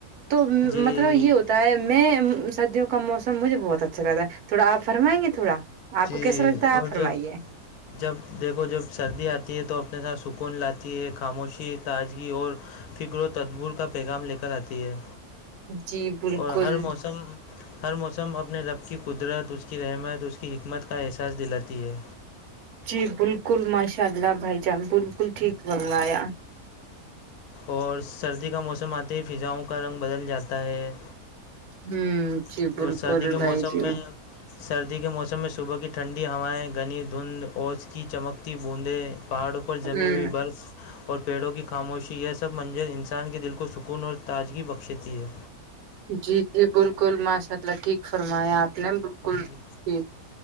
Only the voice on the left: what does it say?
جی
جی
اور
جب جب دیکھو جب سردی آتی ہے تو اپنے ساتھ سکون لاتی ہے خاموشی تازگی اور فکر و تدبور کا پیغام لے کر آتی ہے
اور ہر موسم ہر موسم اپنے رب کی قدرت اس کی رحمت اس کی حکمت کا احساس دلاتی ہے
اور سردی کا موسم آتی ہی فضاؤں کا رنگ بدل جاتا ہے
ج
اور سردی کے موسم
میں سردی کے موسم میں صبح کی ٹھنڈی ہوائیں گھنی دھند اوچھ کی چمکتی بوندیں پہاڑوں پر
جمی ہوئی برف اور پیڑوں کی خاموشی یہ سب منزل انسان کے دل کو سکون اور تازگی بخشتی ہے
جی
جی